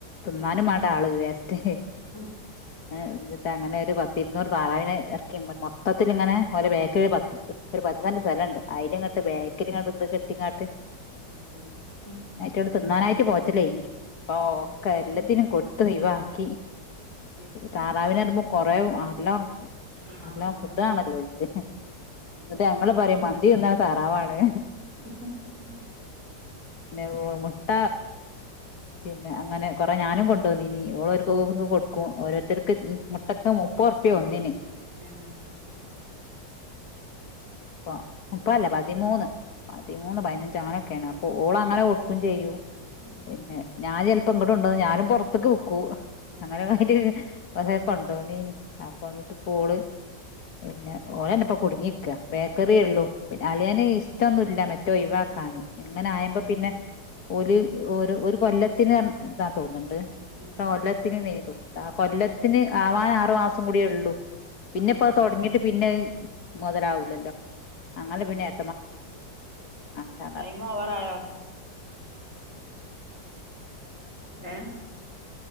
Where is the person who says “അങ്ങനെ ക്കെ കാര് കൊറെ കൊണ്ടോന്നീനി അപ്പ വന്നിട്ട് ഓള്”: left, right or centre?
Left